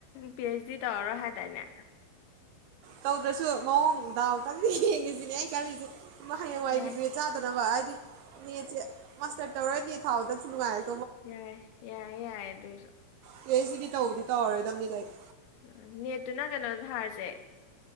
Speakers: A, on the left; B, on the right.
A: ꯄꯤ ꯑꯩꯆ ꯗꯤ ꯇꯧꯔꯔꯣꯏ ꯍꯥꯏꯗꯏꯅꯦ
B: ꯇꯧꯗ꯭ꯔꯁꯨ ꯃꯑꯣꯡ ꯗꯥꯎꯇꯪꯗꯤ ꯌꯦꯡꯉꯤꯁꯤ ꯑꯩꯅ ꯀꯜꯂꯤꯁ ꯃꯍꯌꯦꯡꯋꯥꯏ
A: ꯌꯥꯏ
B: ꯔꯤꯒ꯭ꯔꯦꯠ ꯆꯥꯗꯅꯕ ꯅꯦꯠꯁꯦ ꯃꯁꯇꯔ ꯇꯧꯔꯥ ꯅꯦꯠ ꯐꯥꯎꯗ ꯊꯤ ꯅꯨꯡꯉꯥꯏꯔꯦ
A: ꯌꯥꯏ ꯌꯥꯏ ꯌꯥꯏꯌꯦ ꯑꯗꯨꯏꯁꯨ
B: ꯄꯤ ꯑꯩꯁꯗꯤ ꯗꯤ ꯇꯧꯕꯗꯤ ꯇꯧꯔꯔꯣꯏꯗꯕꯅꯤ ꯀꯩꯅꯣ
A: ꯎ ꯅꯦꯠ ꯇꯨꯅ ꯀꯩꯅꯣ ꯊꯥꯔꯁꯦ